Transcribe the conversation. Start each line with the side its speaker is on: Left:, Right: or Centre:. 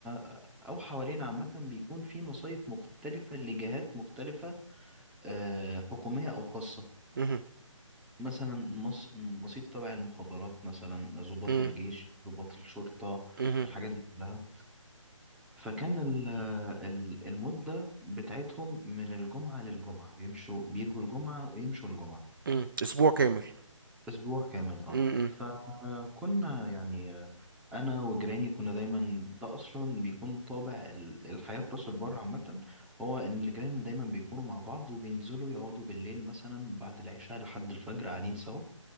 Centre: آه، أو حوالينا عامة بيكون في مصايف مختلفة لجهات مختلفة آه، حكومية أو خاصة
Right: مهم.
Centre: مثلا مص... مصيف تبع المخابرات مثلا ضباط
Right: مم.
Centre: الجيش ضباط الشرطة
Right: مهم.
Centre: الحاجات دي كلها فكان ال... ال- المدة بتاعتهم من الجمعة للجمعة بيمشوا بيجوا الجمعة ويمشوا الجمعة
Right: مم. أسبوع كامل
Centre: أسبوع كامل اه
Right: مم.
Centre: فكنا يعني آه، أنا وجيراني كنا دايما ده أصلا بيكون طابع ال- الحياة في راس البر عامة هو إن الجيران دايما بيكونوا مع بعض وبينزلوا يقعدوا بالليل مثلا بعد العشاء لحد الفجر قاعدين سوا